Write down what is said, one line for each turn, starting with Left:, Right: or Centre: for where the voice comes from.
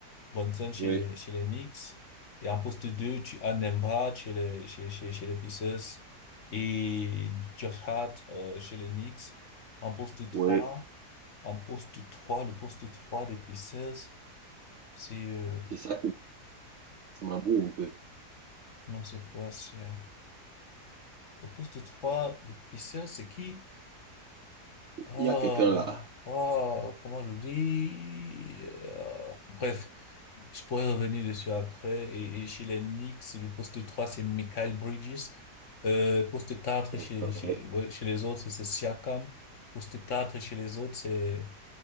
Left: Brunson chez
Right: oui,
Left: les chez les Knicks, et en poste 2, tu as Nembha chez les chez chez chez les Pacers et Josh Hart euh, chez les Knicks. En poste trois,
Right: oui.
Left: en poste 3, le poste 3 des Pacers, c'est euh,
Right: C'est ça qui ça m'embrouille un peu.
Left: non, c'est pas c'est euh, Le poste 3 de pisseur, c'est qui? Oh,
Right: Il y a quelqu'un là.
Left: oh, comment j'oublie? Euh, bref, je pourrais revenir dessus après. Et, et chez les Knicks, le poste trois c'est Michael Bridges. Euh, poste quatre
Right: Ouais.
Left: chez, chez, ouais, chez les autres, c'est Siakam. Poste 4 chez les autres, c'est